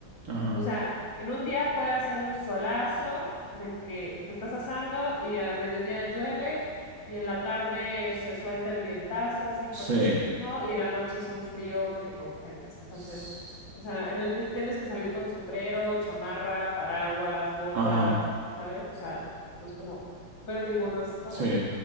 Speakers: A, on the right (about 70°); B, on the left (about 60°).
A: Ajá.
B: O sea, en un día puede hacer un solazo de que te estás asando y a mediodía llueve y en la tarde se suelta el vientazo así fuertísimo
A: Sí.
B: y en la noche hace un frío que te congelas. Entonces,
A: s-
B: o sea, en el mis- tienes que salir con sombrero, chamarra, paraguas, botas,
A: Ajá.
B: ¿sabes? O sea, entonces como, pero ninguno es como
A: Sí.